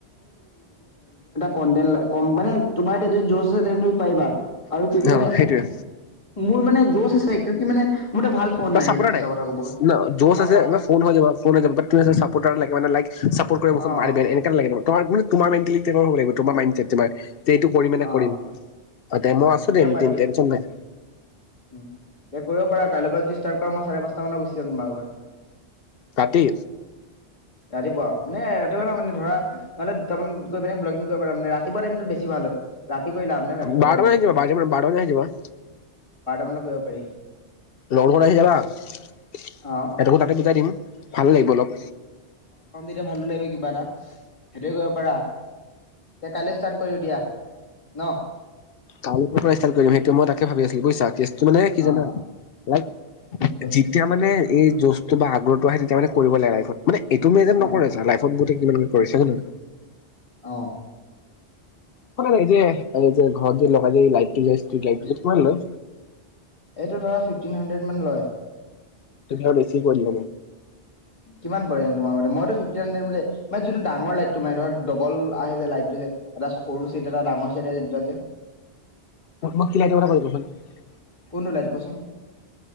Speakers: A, on the left; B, on the left.
A: কণডেল ল মানে তোমাৰ এতিয়া যদি জোৰ আছে তেন্ত। পাৰিবা আৰু ক কি
B: অ
A: মানে
B: সেইটোৱে
A: মোৰ মানে যোষ আছে ক কি মানে মোৰ ভাল। ফোন
B: তই
A: নাই
B: চাপৰ্টাৰ
A: সেইটো। কথা ক'ব
B: ন যোচ
A: অ
B: আছে
A: চাপ
B: ফোন হৈ যাবা ফোন হৈ যাব তুমি চাপৰ্তৰলাগে মানে চা। পৰত কৰিব
A: অ
B: <inaudible> এনে। <inaudible> তাৰ তোমাৰ মেন্টেলি তেঙৰ হব লাগিব তোমাৰ মাইন। যে এইটো কৰিমে মানে
A: অ
B: কৰিম। মই
A: অ
B: আছো
A: তেতিয়া
B: দে
A: পাৰি
B: টেনচন
A: উ
B: নাই
A: দে কৰিব পাৰা। কাইলৈ পৰা যদি ষ্টাৰ্ট কৰা মই চাৰে পাঁচ মান গুচি আ তোমাৰ ঘৰ।
B: কাটি।
A: ৰাতিপুৱা মানে ৰাতিপুৱা নহয় মানে ধৰা নহ'লে তামানত গৈ পাননে ব্লগিং কৰিব পাৰে মানে ৰাতিপুৱা টাইমত বেছি ভাল হয়। ৰাতিকৈ লাভ নাই ৰাতিপোৱ
B: বাৰটা
A: টাইমটো।
B: মান যাবা আহি যাবা
A: মানত কৰিব পাৰি
B: লগৰ ঘৰত আহি যাবা সহঁতকো
A: অ
B: তাতে বিজাই দিম ভাল লাগিব অলপ
A: তিয়া ভালো লাগে কিবা এটা সেইটোয়ে কৰিব পাৰা। তে কালে ষ্টাৰ্ট কৰো দিয়া। ন।
B: কালিৰ পৰা ষ্টাৰ্ট কৰিম সেইটো মই তাক ভাব আছিলো বুজিছা। কে ত মানে
A: অ
B: কি জানা যেতিয়া
A: অ
B: মানে এ এই জোছটো বা আগ্ৰহটো আহে তেতিয়া মানে। কৰিব লে লাইফত মানে এইটো মেজাৰ
A: অ
B: নকৰে
A: অ
B: ছ লাইফত গো। কৰিছা হৈ নাই।
A: অহ।
B: এই যে ঘৰত যে লগাই যে লাইটটোই লাইট কিমান লয়।
A: এইটো ধৰা ফিফটিন হাণ্ড্ৰেড মান লয়।
B: তোক ম বছি কৰি।
A: কিমান পৰে তোমাৰ মতে মইতো ফিফটিন হাড্ৰেড ম মানে যোনটো ডাঙৰ লাইটটো মানে ধ ডবল আহে যে লাইটটো যে এটা সৰু চিট এটা ডাঙৰ চিট যে।
B: <unintelligible>
A: কোনটো লাইট কোৱাচোন